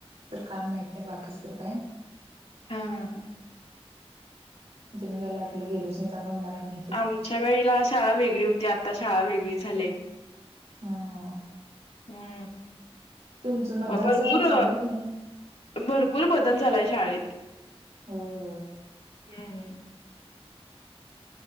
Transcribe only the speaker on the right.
तर काय माहित आहे बाकीचं तर काय
तर मी काही लाटलं गेलच नाही तरण मला काय माहिती
हा हा
तुमचं मतदानचं
चालू आहे का नाही
होय होय